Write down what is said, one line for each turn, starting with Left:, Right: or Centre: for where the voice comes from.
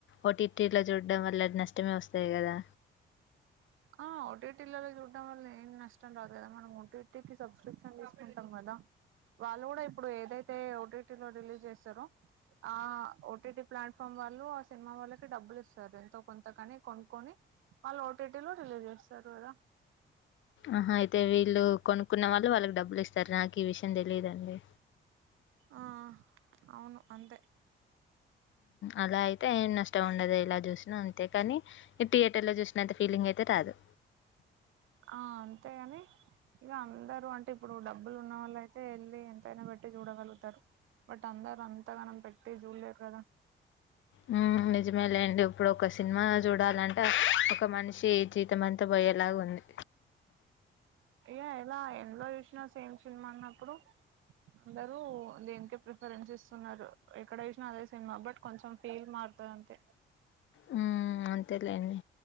Left: ఓటి టి లో చూడడం వల్ల నష్టమే వస్తాయి కదా
Right: ఆ ఓటిటి ల చూడడం వల్ల ఏం నష్టం రాదు కదా మనం ఒటీటికి సబ్స్క్రిప్షన్ తీసుకుంటాం కదా వాళ్ళు కూడా ఇప్పుడు ఏదైతే ఓటీటీ లో రిలీజ్ చేసారో ఆ ఓటీటీ ప్లాట్ఫామ్ వాళ్ళు ఆ సినిమా వాళ్ళకి డబ్బులు ఇస్తారు ఎంతో కొంత కాని కొనుక్కొని వాళ్ళు ఓటీటీ లో రిలీజ్ చేస్తారు కదా
Left: ఆహా అయితే వీళ్ళు కొనుక్కున్న వాళ్ళు వాళ్ళకి డబ్బులు ఇస్తారు నాకు ఈ విషయం తెలియదుండి
Right: ఆ అవును అంతే
Left: అలా అయితే ఏ నష్టం ఉండదు ఎలా చూసినా అంతే కాని ఈ థియేటర్ ల చూసినంత ఫీలింగ్ అయితే రాదు
Right: ఆ అంతేగాని ఇగ అందరు అంటే ఇప్పుడు డబ్బులు ఉన్న వాళ్ళయితే వెళ్ళి ఎంతైనా పెట్టి చూడగలుగుతారు బట్ అందరు అంతగనం పెట్టి జులేరు కదా
Left: హుమ్ నిజమే లేండి ఇప్పుడు ఒక సినిమా చూడాలంటే ఒక మనిషి జీతం అంతా పోయేలాగా ఉంది
Right: ఏ ఎలా ఎందులో చూసినా సేమ్ సినిమా అనప్పుడు అందరు దీనికే ప్రిఫరెన్స్ ఇస్తున్నారు ఎక్కడ వేసినా అదే సినిమా బట్ కొంచెం ఫేమ్ మార్ తది అంతే
Left: హుమ్ అంతేలేండి